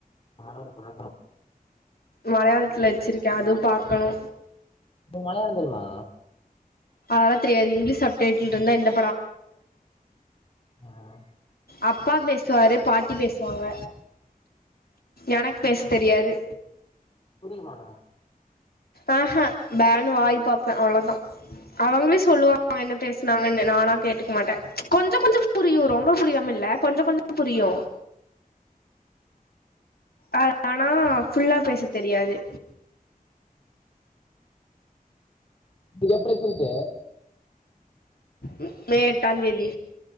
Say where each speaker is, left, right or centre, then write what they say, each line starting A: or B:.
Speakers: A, on the left; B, on the left.
A: நானு அத பாக்கனு
B: மலையாளத்துல வெச்சிருக்கேன் அதுவு பாக்கணு
A: உனக்கு மலையாளோ தெரியுமா
B: அதெல்லாந் தெரியாது இங்கிலீஷ் அப்டேட்ல இருந்தா என்ன
A: ஆஹ்
B: அப்பா பேசுவார் பாட்டி பேசுவாங்க எனக்கு பேச தெரியாது
A: புரியுமா
B: ஆஹ்ஹ பேன்னு வாய் பாப்ப அவ்ளவுதா அவுங்களே சொல்லுவாங்க என்ன பேசினாங்கன்னு நானா கேட்டுக்க மாட்ட ப்ச் கொஞ்சோ கொஞ்சோ புரியு ரொம்ப புரியாம இல்ல கொஞ்சோ கொஞ்சோ புரியு அ ஆனா ஃபுல்லா பேச தெரியாது
A: இங்க எப்படி சொல்த
B: உ மே எட்டாம் தேதி